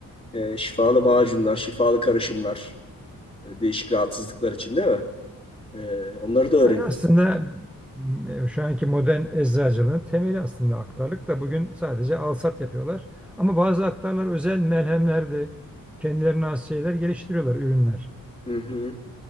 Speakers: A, on the left; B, in the centre.
A: E, şifalı macunlar, şifalı karışımlar, e, değişik rahatsızlıklar için değil mi? E, onları da öğren.
B: Yani aslında m, şu anki modern eczacılığın temeli aslında aktarlık da bugün sadece alsat yapıyorlar. Ama bazı aktarlar özel melhemler de kendilerine has şeyler geliştiriyorlar, ürünler.
A: Hı hı.